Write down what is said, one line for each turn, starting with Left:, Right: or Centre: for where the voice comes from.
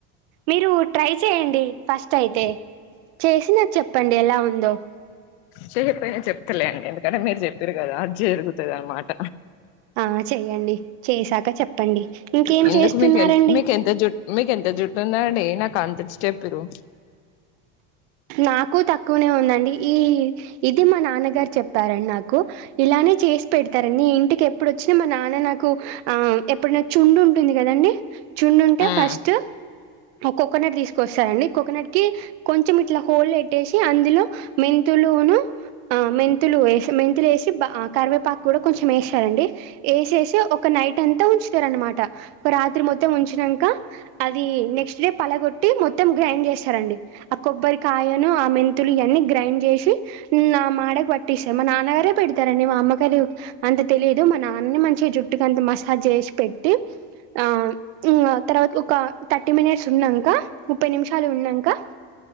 Right: మీరు ట్రై చేయండి ఫస్ట్ అయితే చేసి నాకు చెప్పండి ఎలా ఉందో
Left: చేయకపోయినా చెప్తలే అండి ఎందుకంటే మీరు చెప్పిర్రు కదా అది జరుగుతది అనమాట
Right: ఆ చేయండి చేసాక చెప్పండి. ఇంకేం
Left: ఎందుకు
Right: చేస్తున్నారండి
Left: మీకు మీకెంత జుట్టు మీకెంత జుట్టు ఉందండీ. నాకు అంత ఇచ్చెత్తురు
Right: నాకు తక్కువనే ఉందండి ఈ ఇది మా నాన్నగారు చెప్పారండి నాకు ఇలా మా నాన్న చేసి పెడతారండి ఇంటికి ఎప్పుడు వచ్చినా మా నాన్న నాకు ఆ ఎప్పుడన్న చుండు ఉంటుంది కాదండి చుండు ఉంటే
Left: మ్మ్
Right: ఫస్ట్ ఒక కోకోనెట్ తీసు స్తాయండి కోకోనెట్ కి కొంచెం ఇట్లా హోల్ పెట్టేసి అందులో మెంతులును ఆ మెంతులు ఏసీ మెంతులు వేసి కరివేపాకు కూడా కొంచెం వేస్తారండి వేసేసి ఒక నైట్ అంతా ఉంచుతారు అనమాట ఒక రాత్రి మొత్తం ఉంచు నాంక అది నెక్స్ట్ డే పలగొట్టి మొత్తం గ్రైండ్ చేస్తారండి అప్ కొబ్బరి కాయను ఆ మెంతులు ఇవన్నీ గ్రైండ్ చేసి ఇంగా మాడకు పట్టిస్తు మా నాన్నగారే పెడతారండి మా అమ్మగారు అంత తెలియదు మా నాన్ననే మంచిగా జుట్టుకు అంత మసాజ్ చేసి పె పెట్టీ ఆమ్ ఇంగా తర్వాత ఒక థర్టీ మినిట్స్ వున్నాంక ముప్పై నిమిషాలు వున్నంకా